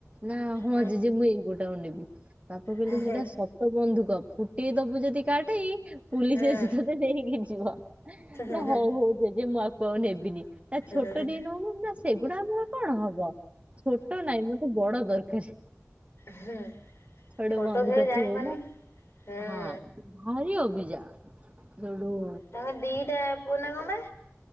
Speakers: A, on the right; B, on the left.
A: ନା ହଁ
B: ହୁଁ
A: ଜଜେ ମୁଁ ଏଇ ଗୋଟାକୁ ନେବି ବାପା କହିଲେ
B: ହୁଁ
A: ସେଟା ସତ ବନ୍ଧୁକ। ଗୋଟିେ ଦବୁ ଯଦି କାଟେ ପୁଲିସ
B: ହୁଁ।
A: ଆସି ତତେ ଦେଇକି ଯ
B: ହୁଁ
A: ନା ହଉ ହଉ ଜେଜେ ମୁଁ ଆକୁ ଆଉ ନେବିନି। ତା ଛୋଟ
B: ହୁଁ
A: ଦେଇ ନଉନୁ ନା ସେଗୁଡା ଆମର କ'ଣ ହବ ଛୋଟ ନାଇଁ ମୁଁ ବଡ ଦରକାର।
B: ହୁଁ
A: ଆଡେ
B: ଛୋଟ
A: ବନ୍ଦ
B: ସେ
A: କଥଲା
B: ଜାଣିପାରୁନି। ହୁଁ
A: ହଁ। ଭାରି ଅଭିଜା ସେୋଠୁ
B: ତାଙ୍କେ ଦିଟା ପୁଅ ନା ପା